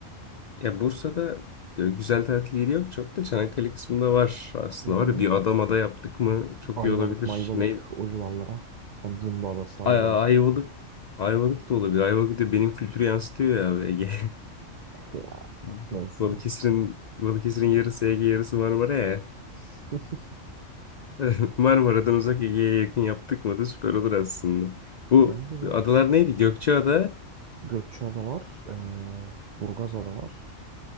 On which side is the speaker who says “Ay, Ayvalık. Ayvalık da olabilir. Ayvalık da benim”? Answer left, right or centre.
Left